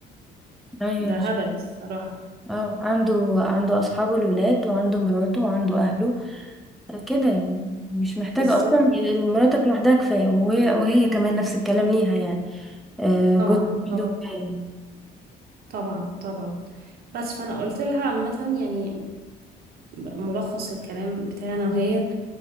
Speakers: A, in the centre; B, on the right.
A: ايوه
B: ده
A: مش
B: هبل الصراحة
A: اه عنده عنده اصحابه الولاد وعنده مراته وعنده اهله كده يعني مش محتاجة
B: بالظبط
A: اصلا مراتك لوحدها كفاية وهي وهي كمان نفس الكلام ليها يعني آه،
B: طبعا
A: جوز لوحده
B: طبعا
A: كفاية
B: طبعا طبعا بس فانا قلت لها عامه يعني ملخص الكلام بتاعنا وهي